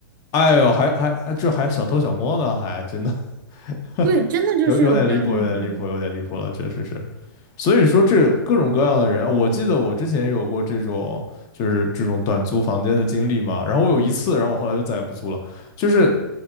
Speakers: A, on the left (about 30°); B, on the right (about 60°).
A: 哎呦，还还还这还小偷小摸呢，还真的 <laughs>
B: 对，真的就是有这样的人，
A: 有有点离谱，有点离谱，有点离谱了，确实是。所以说这各种各样的人，我记得我之前有过这种就是这种短租房间的经历嘛。然后我有一次，然后我后来就再也不租了，就是